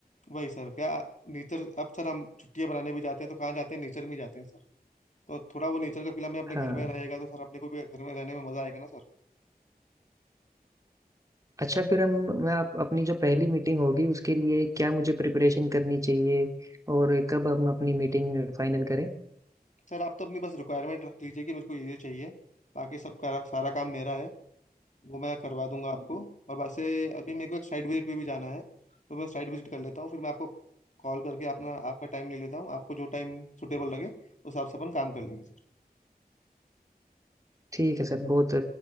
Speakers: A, on the left (about 50°); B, on the right (about 20°).
A: वही सर क्या नेचर अब सर हम छुट्टियां बनाने भी जाते हैं तो कहाँ जाते हैं नेचर में जाते हैं सर। तो थोड़ा वो नेचर का फील हमें अपने
B: हाँ
A: घर में रहेगा तो सर अपने को भी घर में रहने में मजा आएगा ना सर
B: अच्छा फिर हम मैं आप, अपनी जो पहली मीटिंग होगी उसके लिए क्या मुझे प्रिपरेशन करनी चाहिए और कब हम अपनी मीटिंग फाइनल करें
A: सर आप तो अपनी बस रिक्वायरमेंट रख लीजिए कि मेरे को ये ये चाहिए बाकी सब का सारा काम मेरा है वो मैं करवा दूंगा आपको और वैसे अभी मेरे को एक साइड विजिट पे भी जाना है तो मैं साइड विजिट कर लेता हूँ फिर मैं आपको कॉल करके अपना आपका टाइम ले लेता हूँ आपको जो टाइम सुटेबल लगे उस हिसाब से अपन काम कर लेंगे सर
B: ठीक है सर बहुत